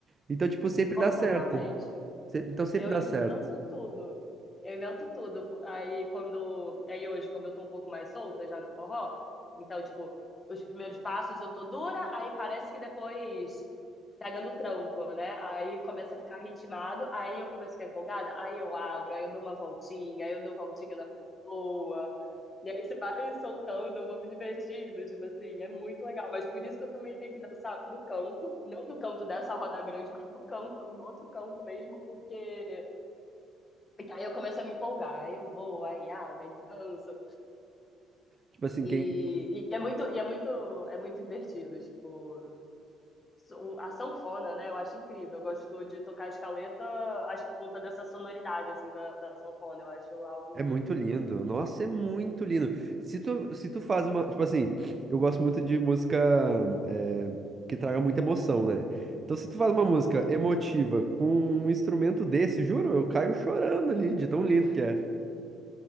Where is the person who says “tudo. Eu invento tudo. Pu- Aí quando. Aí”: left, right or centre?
Left